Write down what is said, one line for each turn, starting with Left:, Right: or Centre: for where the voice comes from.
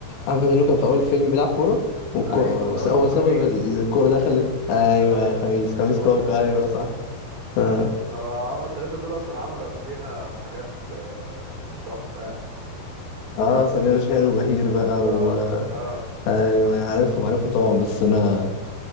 Left: احمد فهمي اللي هو كان في اول الفيلم بيلعب كوره والكو...
Right: ايوه اللي
Left: وس-
Right: هو
Left: هو
Right: اسمه
Left: سبب
Right: خميس
Left: ال- الكوره دخلت ايوه
Right: ايوه
Left: خميس خميس
Right: هو
Left: كاكا
Right: ده
Left: ايوه صح اه
Right: هو هما التلاتة دول اصلا عملوا قبليها حاجات آه، تحفة يعني
Left: اه
Right: لو شفت
Left: سمير وشهير
Right: س...
Left: وبهير بقى
Right: بالظبط
Left: و ايوه
Right: اه
Left: أيوه، عارفهم عارفهم طبعا بس انا